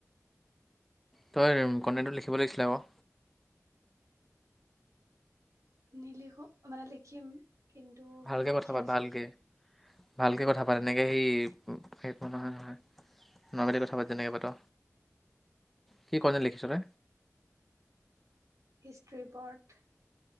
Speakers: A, in the centre; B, on the right.
A: তই কণ্টেক্টটো লিখিব লাগিছিলে আ বাৰ
B: নিলিখো মানে লিখিম কিন্তু
A: ভালকে
B: মানে লিখি
A: কথা পাত
B: আছো
A: ভালকে ভালকে কথা পা তেনেকে সেই সেই নহয় নহয় নৰ্মেলি কথা পাতি তেনেকৈ পাতো কি কনে লিখিছনে
B: হিষ্ট্ৰি পৰ্থ।